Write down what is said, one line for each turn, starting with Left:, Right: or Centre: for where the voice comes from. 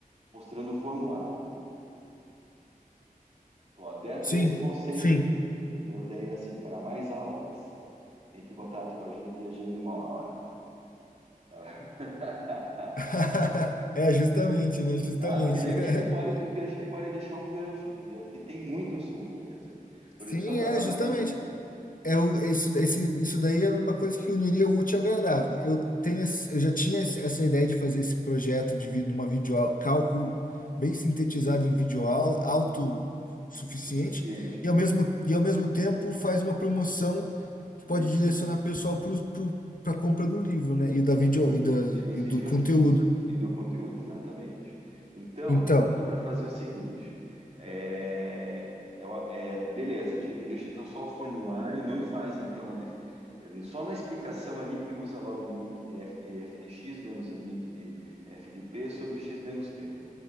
Right: mostrando o formulário. Então, Ó, de- desse
Left: Sim,
Right: conceito,
Left: sim.
Right: entendeu? Daí, assim, para mais aulas, entre em contato com a gente e agende uma hora. tá?
Left: <laughs> É, justamente, né?
Right: <laughs>
Left: Justamente.
Right: Não, que daí
Left: <laughs>
Right: a gente pode, porque a gente pode deixar um gancho, entendeu? Porque tem muito assunto mesmo. Por
Left: Sim,
Right: exemplo, só trabalhar.
Left: é, justamente. É o- isso, esse- isso daí era uma coisa que uniria o útil ao agradável. Eu tenho, esse- eu já tinha esse- essa ideia de fazer esse projeto de vi- numa videoaula, cálculo bem sintetizado em videoaula, autossuficiente,
Right: suficiente.
Left: e ao mesmo, e ao mesmo tempo faz uma promoção que pode
Right: Isso,
Left: direcionar pessoal para a compra do livro, né? E da vídeo
Right: para
Left: e, da,
Right: e das
Left: e
Right: vídeos
Left: do conteúdo.
Right: das- e do conteúdo, exatamente. Então,
Left: Então,
Right: que dá para fazer é o seguinte: é, é o- é, beleza, a gente deixa então só o formulário, não faz então a def- é, só na explicação ali que usa lá o limite de f de, f de x menos o limite de f de p sobre x menos p.